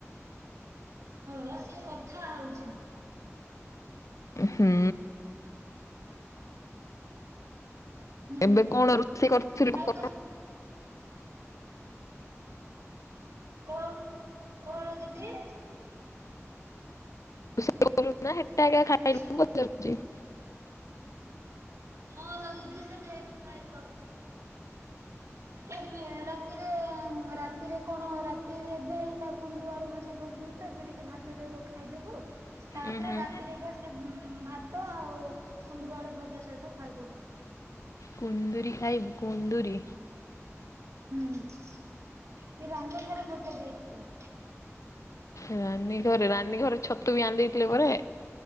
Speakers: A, on the right; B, on the left.
A: ହଁ ସିଏ କଥା ହଉଛି?
B: ହୁଁ।
A: ହୁଁ
B: ଏବେ କଣ ରୋଷେଇ କରଥିଲୁ?
A: ଆଉ ତ କଣ କଣ ଦିଦି?
B: <inaudible>
A: ଶୁ- ହଁ ଲୋ ଦିଦି ସେଥି ଅଇକା ଖାଇବୁ ଆଉ ଏବେ ରାତିରେ ରାତିରେ କଣ ରାତିରେ ଏବେ କା କୁନ୍ଦୁରୁ ଆଳୁ ଭଜା କରଦଉନୁ। ଏବେ ଟିକେ ଭାତ ସହିତ ଖାଇଦବୁ। ତାପରେ
B: ଉଁ ହୁଁ
A: ରାତିରେ ଏକା ସେ ଭାତ ଆଉ କୁନ୍ଦୁରୁ ଆଳୁଭଜା ସହିତ ଖାଇଦବୁ।
B: କୁନ୍ଦୁରି ଖାଇବୁ କୁନ୍ଦୁରି?
A: ହୁଁ ରାନୀ ଘର ପଠେଇ ଦେଇଥିଲେ।
B: ରାନୀ ଘରେ ରାନୀ ଘରେ ଛତୁ ବି ଆନି ଦେଇଥିଲେ ପରେ।